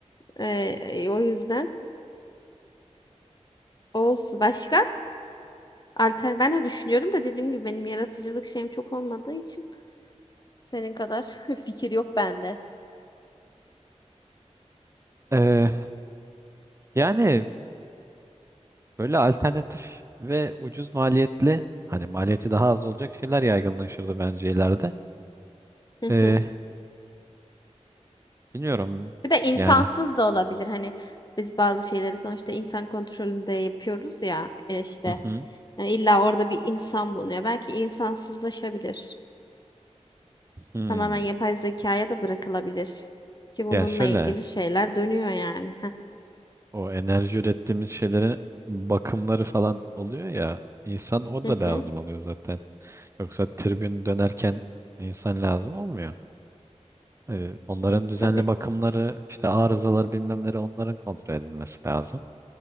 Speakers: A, on the left (about 35°); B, on the right (about 25°).
A: e, e, o yüzden olsun. Başka? Alter ben de düşünüyorum da dediğim gibi benim yaratıcılık şeyim çok olmadığı için senin kadar <laughs> fikir yok bende.
B: Ee, yani böyle alternatif ve ucuz maliyetli hani maliyeti daha az olacak şeyler yaygınlaşırdı bence ileride.
A: <laughs>
B: Ee, bilmiyorum
A: Bir de insansız
B: yani.
A: da olabilir. Hani biz bazı şeyleri sonuçta insan kontrolünde yapıyoruz ya e, işte.
B: Hı hı.
A: Yani illa orada bir insan bulunuyor. Belki insansızlaşabilir.
B: Hmm.
A: Tamamen yapay zekaya da bırakılabilir. Ki bununla
B: Ya şöyle
A: ilgili şeyler dönüyor yani. Heh.
B: o enerji ürettiğimiz şeylerin bakımları falan oluyor ya insan o
A: Hı
B: da lazım
A: hı.
B: oluyor zaten. Yoksa tribün dönerken insan lazım olmuyor. Ee, onların
A: E,
B: düzenli
A: tabii.
B: bakımları, işte arızaları bilmemleri onların kontrol edilmesi lazım.